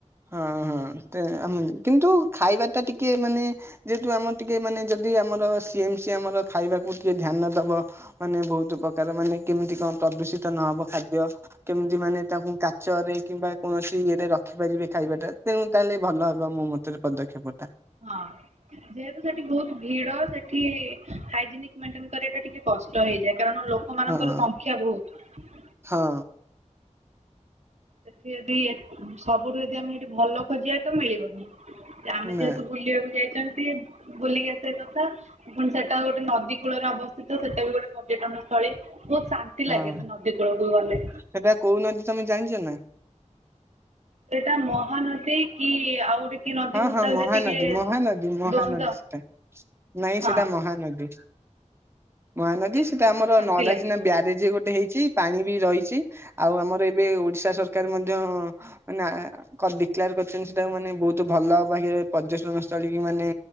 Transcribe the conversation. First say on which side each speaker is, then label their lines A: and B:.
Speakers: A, on the right; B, on the right.
A: ହଁ ହଁ <unintelligible> କିନ୍ତୁ ଖାଇବା ଟା ଟିକେ ମାନେ ଯେହେତୁ ଆମର ଟିକେ ମାନେ ଯଦି ଆମର ସିଏମ ସି ଆମର ଖାଇବାକୁ ଟିକେ ଧ୍ୟାନ ଦବ। ମାନେ ବହୁତୁ ପ୍ରକାର ମାନେ କେମିତି କଣ ପ୍ରଦୂଷିତ ନହବ ଖାଦ୍ୟ। କେମିତି ମାନେ ତାଙ୍କୁ କାଚ ରେ କିମ୍ବା କୌଣସି ଇଏରେ ରଖିପାରିବେ। ଖାଇବାଟା ତେଣୁ ତାହେଲେ ଭଲ ହବ ମୋ ମତରେ ପଦକ୍ଷେପଟା।
B: ହଁ। ଯେହେତୁ ସେଠି ବହୁତ ଭିଡ ସେଠି ହାଇଜିନିକ୍ ମେଣ୍ଟେନ କରିବା ଟା ଟିକେ କଷ୍ଟ ହେଇଯାଏ କାରଣ ଲୋ ଲ ମାନଙ୍କର
A: ହଁ
B: ସଂଖ୍ୟା ବହୁତ୍।
A: ହଁ।
B: ସେଠି ଯଦି ସବୁଠୁ ଯଦି ଆମେ ଏଠି ଭଲ ଖୋଜିବା ତ ମିଳିବନି। ଆମେ
A: ନା
B: ଯେହେତୁ ବୁଲିବାକୁ ଯାଇଛନ ପି ବୁଲିକି ଆସିବା କଥା ପୁଣି ସେଟା ଗୋଟେ ନଦୀ କୂଳରେ ଅବସ୍ଥିତ ସେଟା ବି ଗୋଟେ ପର୍ଯ୍ୟଟନ ସ୍ଥଳୀ ବହୁତ ଶାନ୍ତି
A: ହଁ
B: ଲାଗେ ସେ ନଦୀ କୂଳକୁ ଗଲେ।
A: ସେଟା କଉ ନଦୀ ତମେ ଜାଣିଚ ନା?
B: ସେଟା ମହାନଦୀ କି ଆଉ ଗୋଟେ କି ନଦୀ
A: ହଁ
B: ମୁଁ
A: ହଁ
B: ତା ଭିତରେ
A: ମହାନଦୀ
B: ଟିକେ
A: ମହାନଦୀ ମହାନଦୀ
B: ଦ୍ଵନ୍ଦ
A: ସେଟା ନାଇଁ
B: ହଁ
A: ସେଟା ମହାନଦୀ। ମହାନଦୀ
B: ସେଇଠି
A: ସେଟା
B: ବହୁତ
A: ଆମର
B: ଶାନ୍ତି
A: ନଦା
B: ଲାଗେ।
A: ଚିହ୍ନା ବ୍ୟାରେଜ ଗୋଟେ ହେଇଚି। ପାଣି ବି ରହିଛି ଆଉ ଆମର ଏବେ ଓଡିଶା ସରକାର ମଧ୍ୟ ମାନ କ ଡିକ୍ଲୋର କରିଛନ୍ତି ସେଟାକୁ ମାନେ ବହୁତ ଭଲ ପାଖେରେ ପର୍ଯ୍ୟଟନ ସ୍ଥଳୀ କି ମାନେ